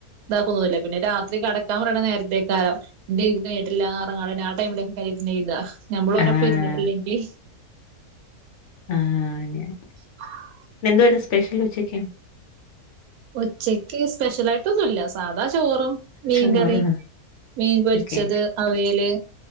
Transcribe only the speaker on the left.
ആഹ്
ആഹ് അങ്ങനെ
എന്താരുന്നു സ്പെഷ്യൽ ഉച്ചക്ക്
ചോറ്
ഓക്കെ